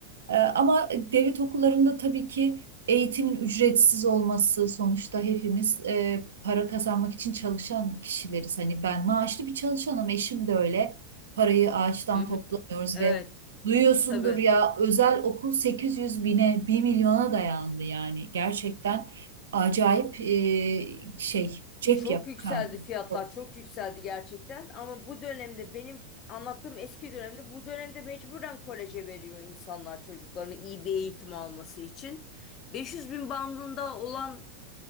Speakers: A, on the right; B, on the left.
A: Ee, Ama devlet okullarında tabii ki eğitimin ücretsiz olması sonuçta hepimiz e, para kazanmak için çalışan kişileriz. Hani ben maaşlı bir çalışanım, eşim de öyle. Parayı ağaçtan
B: Hı hı.
A: toplamıyoruz
B: Evet,
A: ve duyuyorsundur
B: tabii.
A: ya özel okul 800 bine, bir milyona dayandı yani. Gerçekten acayip e, şey cep
B: Çok
A: yakan.
B: yükseldi fiyatlar,
A: çok-
B: çok yükseldi gerçekten. Ama bu dönemde benim anlattığım eski dönemde bu dönemde mecburen koleje veriyor insanlar çocuklarını iyi bir eğitim alması için. 500 bin bandında olan